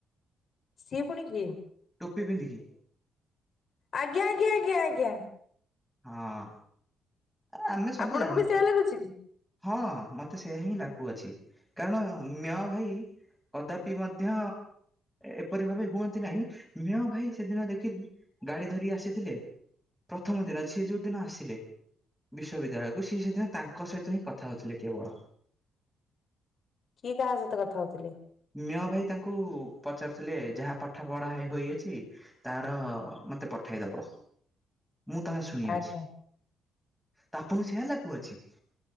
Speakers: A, on the left; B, in the centre.
A: ସିଏ ପୁଣି କିଏ?
B: ଟୋପି ପିନ୍ଧିକି।
A: ଆଜ୍ଞା ଆଜ୍ଞା ଆଜ୍ଞା ଆଜ୍ଞା।
B: ହଁ ଆମେ ସବୁ
A: ଆପଣଙ୍କୁ
B: ଜାଣୁ।
A: ବି ସେୟା ଲାଗୁଛି କି
B: ହଁ ମତେ ସେୟା ହିଁ ଲାଗୁଅଛି କାରଣ ମ ଭାଇ କଦାପି ମଧ୍ୟ ଏପରି ଭାବେ ହୁଅନ୍ତି ନାହିଁ ମେହ ଭାଇ ସେଦିନ ଦେଖିକି ଗାଡି ଧରିକି ଆସିଥିଲେ ପ୍ରଥମ ଦିନ ଯିଏ ଯୋଉ ଦିନ ଆସିଲେ। ବିଶ୍ବିଦ୍ୟାଳୟକୁ ସେ ସେଦିନ ତାଙ୍କ ସହିତ ହିଁ କଥା ହଉଥିଲେ କେବଳ।
A: କିଏ କାହା ସହିତ କଥା ହଉଥିଲେ?
B: ମେଅ ଭାଇ ତାଙ୍କୁ ପଚାରୁଥିଲେ ଯାହା ପାଠ ପଢା ହୋଇଅଛି ତାର ମତେ ପଠେଇଦବ। ମୁଁ ତାହା ଶୁଣିଅଛି
A: ଆଜ୍ଞା
B: ତା ଆପଣଙ୍କୁ ସେୟା ଲା କୁଅଛି?